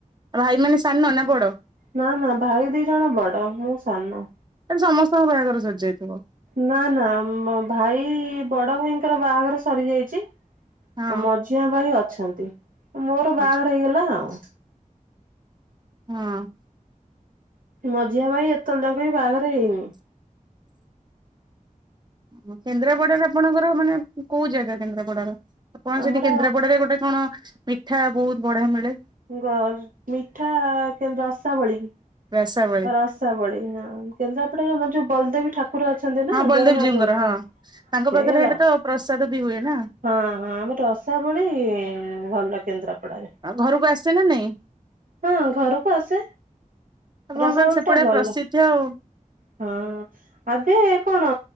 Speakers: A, on the right; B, on the right.
A: ଭାଇ ମାନେ ସାନ ନା ବଡ?
B: ନା ନା ଭାଇ ଦି ଜଣ ବଡ ମୁଁ ସାନ।
A: ତାହେଲେ ସମସ୍ତଙ୍କ ବାହାଘର ସରିଯାଇଥିବ।
B: ନା ନା ଭାଇ ବଡ ଭାଇଙ୍କର ବାହାଘର ସରି ଯାଇଛି।
A: ହଁ
B: ଆଉ ମଝିଆ ଭାଇ ଅଛନ୍ତି ମୋର ବାହାଘର
A: ଆଚ୍ଛା
B: ହେଇଗଲା ଆଉ।
A: ହଁ।
B: ମଝିଆ ଭାଇ ଏତେବେଳେ ଯାଙ୍କେ ବି ବାହାଘର ହେଇନି।
A: ଓ କେନ୍ଦ୍ରାପଡାରେ ଆପଣଙ୍କର ମାନେ କୋଉ ଜାଗା କେନ୍ଦ୍ରାପଡାର? ଆପଣକଂ
B: ଆମର
A: ସେଠି କେନ୍ଦ୍ରାପଡରେ ଗୋଟେ କଣ ମିଠା ବହୁତ ବଢିଆ ମିଳେ।
B: ଗ ମିଠା କେ ରସାବଳି କି <unintelligible>
A: ରସାବଳି
B: ରସାବଳି ହଁ କେନ୍ଦ୍ରାପଟେ ଆମର ଯୋଉ ବଲଦେବୀ ଠାକୁର ଅଛନ୍ତି। ନା
A: ହଁ ବଲଦେବ
B: ଜଗନ୍ନାଥ
A: ଜୀଉ ଙ୍କର
B: ମନ୍ଦିର।
A: ହଁ ତାଙ୍କ
B: ସେଇରା
A: ପାଖରେ ଏଇଟା ତ ପ୍ରସାଦ ବି ହୁଏ ନା।
B: ହଁ ହଁ ଆମ ରସାବଳି ଭଲ କେନ୍ଦ୍ରାପଡାରେ।
A: ଘରକୁ ଆସୁଚି ନା ନାଇଁ।
B: ହଁ ଘରକୁ ଆସେ
A: ଆପଣଙ୍କର
B: ରସାବଳି
A: ସେପଟେ
B: ଟା ଭଲ।
A: ପ୍ରସିଦ୍ଧ ଆଉ।
B: ହଁ। ଆଗେ କଣ